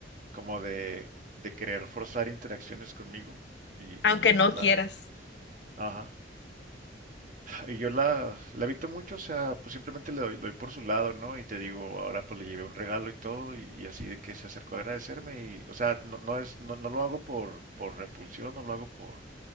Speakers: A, on the right; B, on the left.
A: como de, de querer forzar interacciones conmigo. Y,
B: Aunque
A: y yo
B: no
A: la,
B: quieras.
A: ajá, Y yo la, la evito mucho, o sea, pues simplemente le doy, le doy por su lado, ¿no? Y te digo, ahora pues le llevé un regalo y todo, y, y así de que se acercó a agradecerme, y, o sea, no, no es, no, no lo hago por, por repulsión, no lo hago por,